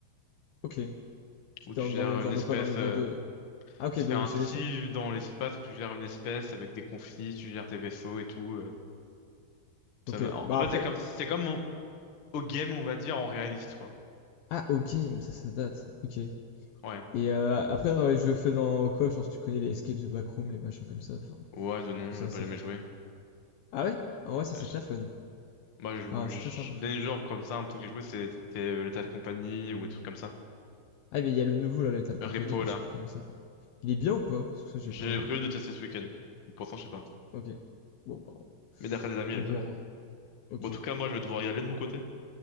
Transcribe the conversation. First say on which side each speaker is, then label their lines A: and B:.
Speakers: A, on the left (about 70°); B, on the left (about 50°).
A: Ok. C'était
B: Où tu
A: Dans,
B: gères
A: dans le même genre
B: une espèce...
A: de quoi? Dans le même
B: euh,
A: genre de. Ah, ok,
B: C'est
A: de
B: ainsi
A: simulation.
B: dans l'espace où tu gères une espèce avec des conflits, tu gères tes vaisseaux et tout. euh, ça
A: Ok.
B: m'a- en
A: Bah
B: en fait,
A: après.
B: c'est comme, c'est comme au au game, on va dire, en réaliste, quoi.
A: Ah, au game, ça, ça date. Ok.
B: Ouais.
A: Et euh, après, dans les jeux faits dans coop, je pense que tu connais les Escape the Backroom, les machins comme ça. Enfin,
B: Ouais, de non,
A: tout ça,
B: j'ai pas
A: c'est
B: jamais
A: fun.
B: joué.
A: Ah ouais? En vrai, ça,
B: Je-
A: c'est très fun.
B: Moi, je,
A: Enfin,
B: je,
A: c'est
B: je-
A: très sympa.
B: dernier
A: je trouve.
B: jeu comme ça, un truc que j'ai joué, c'est c'est, euh, l'état de compagnie ou des trucs comme ça.
A: Ah, mais il y a le nouveau, là, Lethal Company,
B: Repo,
A: là, je
B: là.
A: sais plus comment il s'appelle. Il est bien ou pas? Parce que ça, j'ai
B: J'ai
A: pas.
B: prévu de tester ce week-end. Pourtant, je sais pas.
A: Ok. Bon, bah,
B: Mais d'après des amis, elle
A: on
B: est bien.
A: verra. Ok.
B: Bon, en tout cas, moi, je vais devoir y aller de mon côté.